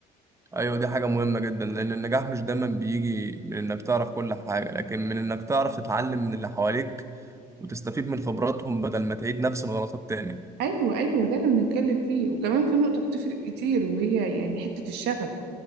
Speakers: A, on the right (about 15°); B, on the right (about 80°).
A: ايوه دي حاجة مهمة جدا لان النجاح مش دايما بيجي من انك تعرف كل حاجة لكن من انك تعرف تتعلم من اللي حواليك وتستفيد من خبراتهم بدل ما تعيد نفس الغلطات تاني
B: ايوه ايوه ده اللي بنتكلم فيه وكمان في نقطة بتفرق كتير وهي يعني حتة الشغف